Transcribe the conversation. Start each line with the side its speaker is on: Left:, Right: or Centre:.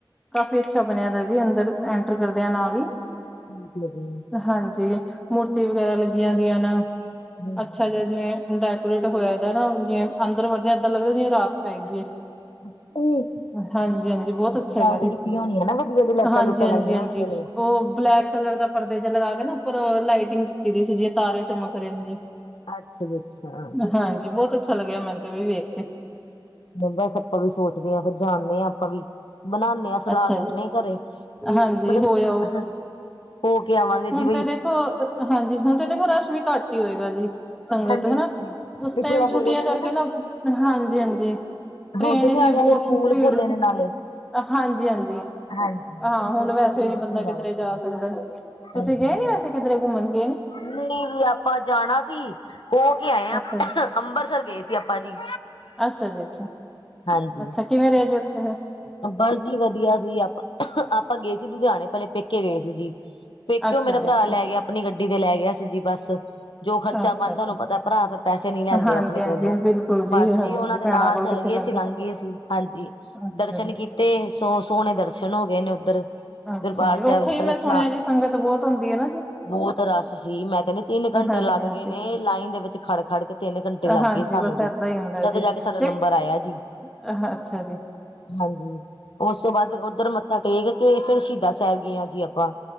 Centre: ਕਾਫੀ ਅੱਛਾ ਬਣਿਆ ਦਾ ਜੀ ਅੰਦਰ, ਐਂਟਰ ਕਰਦੇਆਂ ਨਾਲ ਈ।
Left: ਠੀਕ ਲ ਜ <unintelligible> <unintelligible>
Centre: ਹਾਂਜੀ, ਮੂਰਤੀ ਵਗੈਰਾ ਲੱਗੀਆਂ ਦੀਆਂ ਨ,
Left: ਹਾਂਜੀ,
Centre: ਅੱਛਾ ਜਿਹਾ ਜਿਵੇਂ ਡੈਕੋਰੇਟ ਹੋਯਾ ਦਾ ਨਾ ਜਿਵੇ ਅੰਦਰ ਵੜਦੇਯਾਂ ਏਦਾਂ ਲੱਗਦਾ ਜਿਵੇ ਰਾਤ ਪੈ ਗਈਏ।
Left: <unintelligible> <unintelligible>
Centre: ਹਾਂਜੀ- ਹਾਂਜੀ, ਬਹੁਤ
Left: ਸਜਾਵਟ
Centre: ਅੱਛਾ ਹੈਗਾ ਜੀ।
Left: ਕੀਤੀ ਹੋਣੀ ਆ ਨਾ ਵਧੀਆ ਜੀ ਲਾਈਟਾਂ
Centre: ਹਾਂਜੀ-
Left: ਲੂਟਾਂ
Centre: ਹਾਂਜੀ
Left: ਲਾਈਆਂ
Centre: -ਹਾਂਜੀ
Left: ਹੋਣੀਆਂ ਨੇ।
Centre: ਉਹ ਬਲੈਕ ਕਲਰ ਦਾ ਪਰਦੇ ਜੇ ਲਗਾ ਕੇ ਨਾ ਉੱਪਰ ਲਾਈਟਿੰਗ ਕੀਤੀ ਦੀ ਸੀ। ਜੀਏ ਤਾਰੇ ਚਮਕ ਰਹੇ ਨੇ ਜੀ।
Left: ਅੱਛਾ ਜੀ ਅੱਛਾ
Centre: ਹਾਂਜੀ, ਬਹੁਤ ਅੱਛਾ ਲੱਗਿਆ ਮੈਨੂੰ ਤੇ ਵਈ ਵੇਖ ਕੇ।
Left: ਬਸ ਅਪਾਂ ਵੀ ਸੋਚਦੇ ਹਾਂ। ਫੇਰ ਜਾਨੇ ਆ ਆਪਾਂ ਵੀ। ਬਣਾਦੇ ਸਲਾਹ
Centre: ਅੱਛਾ
Left: ਕਰਨੇ
Centre: ਜੀ
Left: ਘਰੇ।
Centre: ਹਾਂਜੀ
Left: ਮੈਂ ਕਿਹਾ
Centre: ਹੋ ਆਓ
Left: ਹਾਂਜੀ ਹੋ ਕੇ ਆਵਾਂਗੇ।
Centre: ਹੁਣ
Left: ਜੀ ਬਈ
Centre: ਤੇ ਦੇਖੋ ਹਾਂਜੀ, ਹੁਣ ਤੇ ਦੇਖੋ ਰਸ਼ ਵੀ ਘੱਟ ਹੀ ਹੋਏਗਾ ਜੀ। ਸੰਗਤ
Left: ਹਾਂਜੀ-
Centre: ਹਨਾ
Left: ਹਾਂਜੀ।
Centre: ਉਸ
Left: ਵੀ
Centre: ਟੈਮ
Left: ਥੋੜਾ
Centre: ਛੁੱਟੀਆਂ
Left: ਹੋਰ
Centre: ਕਰਕੇ
Left: ਨੇ
Centre: ਨਾ ਹਾਂਜੀ- ਹਾਂਜੀ ਟ੍ਰੇਨ
Left: ਹੁਣ ਤੇ
Centre: ਵਿਚ
Left: ਨਿਆਣਿਆਂ
Centre: ਵੀ ਬਹੁਤ
Left: ਦੇ ਸਕੂਲ
Centre: ਭੀੜ
Left: ਖੁੱਲੇ ਨੇ ਨਾਲੇ
Centre: ਹਾਂਜੀ- ਹਾਂਜੀ।
Left: ਹਾਂਜੀ
Centre: ਹਾਂ
Left: ਇਸ
Centre: ਹੁਣ
Left: ਕਰਕੇ
Centre: ਵੈਸੇ
Left: ਛੋਟਨ
Centre: ਵੀ
Left: ਰੁਕ
Centre: ਬੰਦਾ
Left: ਕੇ ਜਾਵਾਂਗੇ
Centre: ਕਿਧਰੇ ਜਾ
Left: ਜੀ
Centre: ਸਕਦੇ। ਤੁਸੀਂ
Left: ਹਾਂਜੀ
Centre: ਗਏ
Left: ਹਾਂਜੀ
Centre: ਨੀ ਵੈਸੇ ਕਿਧਰੇ ਘੁੰਮਣ ਗਏ ਨੀ?
Left: ਨਹੀਂ ਜੀ ਆਪਾਂ ਜਾਣਾ ਸੀ। ਹੋ ਕੇ ਆਏ ਆ
Centre: ਅੱਛਾ ਜੀ
Left: ਅੰਬਰਸਰ ਗਏ ਸੀ ਆਪਾਂ ਜੀ।
Centre: ਅੱਛਾ ਜੀ ਅੱਛਾ।
Left: ਹਾਂਜੀ
Centre: ਅੱਛਾ, ਕਿਵੇਂ ਰਿਹਾ ਜੀ ਉੱਥੇ ਫੇਰ?
Left: ਬਸ ਜੀ ਵਧੀਆ ਸੀ। ਆਪਾਂ -ਆਪਾਂ ਗਏ ਸੀ ਲੁਧਿਆਣੇ। ਪਹਿਲੇ ਪੇਕੇ ਗਏ ਸੀ ਜੀ। ਪੇਕੇਓ
Centre: ਅੱਛਾ
Left: ਮੇਰਾ
Centre: ਜੀ
Left: ਭਰਾ
Centre: ਅੱਛਾ
Left: ਲੈ ਗਿਆ ਆਪਣੀ ਗੱਡੀ ਤੇ ਲੈ ਗਿਆ ਸੀ ਜੀ ਬੱਸ। ਜੋ ਖਰਚਾ
Centre: ਅੱਛਾ
Left: ਬਨਦਾ
Centre: ਜੀ
Left: ਤੁਹਾਨੂੰ ਪਤਾ ਭਰਾ ਫਿਰ ਪੈਸੇ ਨੀ ਲੈਂਦੇ
Centre: ਹਾਂਜੀ
Left: ਆਪਣੇ ਕੋਲੋਂ
Centre: ਹਾਂਜੀ ਬਿਲਕੁਲ
Left: ਬਸ।
Centre: ਹਾਂਜੀ
Left: ਜੀ ਉਹਨਾਂ ਦੇ
Centre: ਭੈਣਾਂ
Left: ਨਾਲ
Centre: ਕੋਲ
Left: ਚਲ
Centre: ਕਿੱਥੇ
Left: ਗਏ
Centre: ਲੱਗਦਾ
Left: ਸੀ, ਲੰਘ ਗਏ ਸੀ। ਹਾਂਜੀ
Centre: ਅੱਛਾ
Left: ਦਰਸ਼ਨ
Centre: ਜੀ
Left: ਕੀਤੇ ਸੋ ਸੋਹਣੇ ਦਰ ਚਲੋ ਗਏ ਨੇ ਉੱਧਰ।
Centre: ਅੱਛਾ
Left: ਦਰਬਾਰ
Centre: ਜੀ,
Left: ਸਾਹਿਬ
Centre: ਉੱਥੇ ਹੀ
Left: ਪਹਿਲੇ
Centre: ਮੈਂ
Left: ਸੁਣਾ
Centre: ਸੁਣਿਆ ਜੀ ਸੰਗਤ ਬਹੁਤ ਹੁੰਦੀ ਹੈ ਨਾ ਜੀ।
Left: ਬਹੁਤ ਰਸ਼ ਸੀ ਮੈਂ ਕਹਿੰਦੀ ਤਿੰਨ ਘੰਟੇ
Centre: ਹਾਂਜੀ
Left: ਲੱਗ।
Centre: ਹਾਂਜੀ
Left: ਲੱ ਗਏ ਨੇ ਲਾਈਨ ਦੇ ਵਿੱਚ ਖੜ-ਖੜ ਕੇ ਤਿੰਨ ਘੰਟੇ ਲੱਗ
Centre: ਹਾਂਜੀ
Left: ਗਏ ਸਾਨੂੰ ਜੀ।
Centre: <unintelligible>
Left: ਤਦ ਜਾ ਕੇ ਸਾਡਾ ਨੰਬਰ ਆਇਆ
Centre: <unintelligible>
Left: ਜੀ। ਹਾਂਜੀ, ਉਸ ਤੋਂ ਬਾਅਦ ਫੇਰ ਉੱਧਰ ਮੱਥਾ ਟੇਕ ਕੇ, ਫਿਰ ਸ਼ਹੀਦਾ ਸਾਹਿਬ ਗਏ ਆ ਜੀ ਆਪਾਂ।